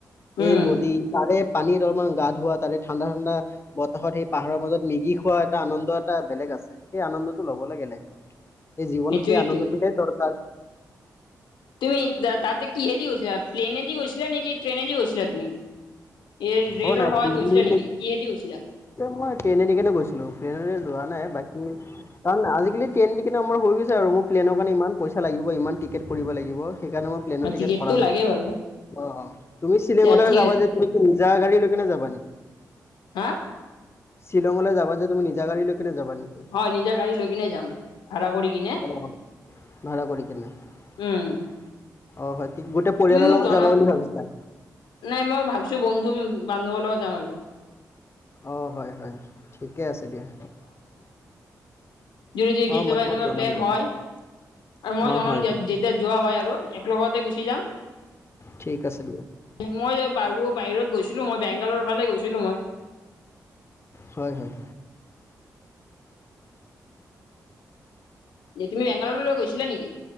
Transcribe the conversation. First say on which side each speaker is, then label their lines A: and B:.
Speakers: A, on the left; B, on the left.
A: উম
B: এই নদী তাৰে পানীত অলপমান গা ধুৱা তাতে ঠাণ্ডা ঠাণ্ডা বতাহত সেই পাহাৰৰ মাজত মেগী খোৱা এটানন্দ এটা বেলেগ সেই আনন্দতটো লব লাগে লাইফত সেই জীৱনত
A: সেইটোয়েতো
B: সেই আনন্দটোহে দৰকাৰ।
A: তুমি তাতে কিহেদি গৈছিলা প্লেনে দি গৈছিলা নেকি ট্ৰেইনে দি গৈছিলা তুমি? ৰেল ৰেলৰ
B: অ নাই
A: সহায়ত
B: দ দিল্লী
A: গৈছিলা নেকি কিহেদি গৈছিলা?
B: মই ট্ৰেইনে গৈছিলো ট্ৰেইনে লোৱা নাই বাই। উ কাৰণ আজিকালি ট্ৰেইনটো কিন্তু আমাৰ হৈ গৈছে আৰু মোৰ প্লেইনৰ কাৰণে ইমান পইচা লাগিব ইমান টিকেট পৰিব লাগিব। সেইকাৰণে মই প্লেনৰ
A: অ
B: টিকেট
A: টিকেটটো
B: কৰা নাই
A: লাগে বাৰু
B: অ তুমি শ্বিলিঙলৈ
A: দে ঠিক
B: যাবা
A: আছে
B: যে নিজা গাড়ী লকেনে যাবা নেকি
A: হা
B: শ্বিলঙলৈ যাবা যে তুমি নিজা গাড়ী কেনে যাবা নেকি
A: হয় নিজা গাড়ী লৈ কিনে যাম ভাড়া কৰি কিনে
B: অ ভাড়া কৰি কিনে অ
A: উম
B: হয় ঠ গোটেই পৰিয়ালৰ
A: তুমি মোক
B: লগত
A: জনাব
B: যাবা বুলি ভাবিছা
A: নাই মই ভাবিছো বন্ধু বান্ধৱৰ লগত যাম আৰু
B: অ হয় হয় ঠিকে আছে দিয়া।
A: জুদি জুদি কেতিয়াবা
B: অ মই তোমাক
A: এনেকুৱা
B: জনাম
A: প্লেন
B: দিয়া
A: হয়। আৰু মই
B: অ
A: জনাম
B: হয়
A: যেতিয়া যোৱা হয় আৰু একেলগতে গুচি যাম।
B: ঠিক আছে।
A: মই যে বাৰু বাহিৰত গৈছিলো মই বেংগালৰ ফালে গৈছিলো মই
B: হয় হয়।
A: এ তুমি বেংগালুৰলৈ গৈছিলা নেকি।